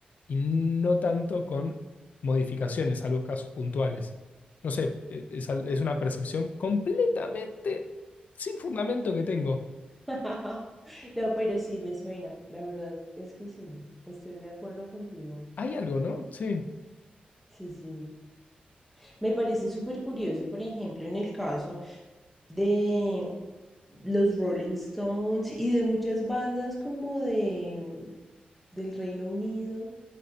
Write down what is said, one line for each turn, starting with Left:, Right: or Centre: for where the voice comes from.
Left: y no tanto con modificaciones, salvo casos puntuales. No sé, eh, es, al- es una percepción completamente sin fundamento que tengo.
Centre: <laughs> No, pero sí me suena, la verdad es que sí, estoy de acuerdo contigo.
Left: Hay algo, ¿no? Sí.
Centre: Sí, sí. Me parece súper curioso, por ejemplo, en el caso de los Rolling Stones y de muchas bandas como de del Reino Unido